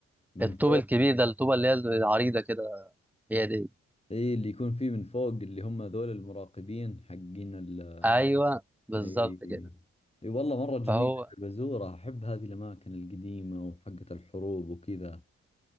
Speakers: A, on the left (about 20°); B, in the centre.
A: من
B: الطوب
A: فوق
B: الكبير ده الطوبه اللي هي العريضه كده هي دي
A: اي اللي يكون فيه من فوق اللي هم ذول المراقبين حقين ال...
B: ايوه بالظبط
A: اي
B: كده
A: اي والله مرة جميلة
B: فهو
A: البزورة احب هذه الاماكن القديمة وحقة الحروب وكذا